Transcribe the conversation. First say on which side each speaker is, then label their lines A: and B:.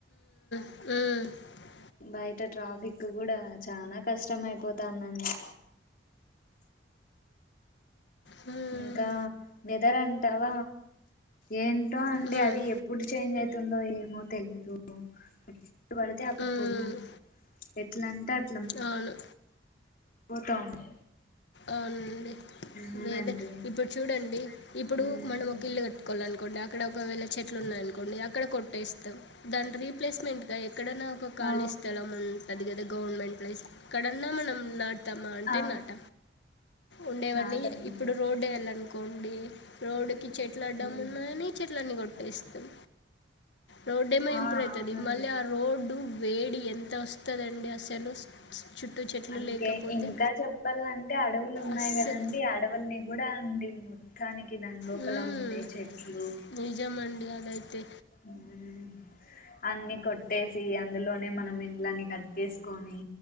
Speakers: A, on the left; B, on the left.
A: ఊమ్
B: బయట ట్రాఫిక్ గూడ చనా కష్టం అయిపోతా నన్ను
A: హ్మ్.
B: ఇంకా వెదర్ అంటావ ఏం టో అండి
A: హ్మ్.
B: అది ఎప్పుడు చేంజ్ అవుతుందో ఏమో తెలీదు ఎప్పుడు పడితే
A: హ్మ్.
B: అప్పుడు ఎట్ల అంటే అట్
A: అవును
B: పోత ఉండె
A: అవునండి
B: అవునండి
A: వేదే ఇప్పుడు చూడండి ఇప్పుడు
B: ఉమ్
A: మనం ఒక ఇల్లు కట్టుకోవాలి అనుకోండి ఇక్కడ ఒకవేళ చెట్లు ఉన్నాయినుకోండి అక్కడ కొట్టేస్తాం దాని రీప్లేస్మెంట్ గ ఎక్కడన్న ఒక ఖళీ
B: ఆ
A: స్థలం ఉంటంది కద గవర్నమెంట్ ప్లేస్ ఎక్కడన్నా మనం నా అంటే
B: ఆ
A: నాట ఉండేవన్నీ
B: నాటమండి
A: ఇప్పుడు రోడ్డు <inaudible> అనుకోండి రోడ్డు కి చెట్లు అడ్డం
B: ఉమ్
A: ఉన్నాయని చెట్లన్నీ కొట్ ఇస్తం రోడ్ ఏమో
B: ఆ
A: ఇంప్రూవ్ అవుతుది
B: అవునండి
A: మళ్ళీ ఆ రోడ్డు వేడి ఎంత ఒస్తదండి అసలు చుట్టూ చెట్లు
B: అంటె
A: లేకపోతే
B: ఇంక చెప్పాలం టె అడవులు ఉన్నాయి
A: అస్సలు
B: కదండి అడవుల్ని కూడ అండి దానికి దాని లోపల
A: మ్మ్.
B: ఉండే చెట్లు
A: నిజమండి అదైతే
B: ఊమ్ అన్ని కొట్టేసి అ అందులోనే మనం ఇళ్లని కట్ చేసుకోని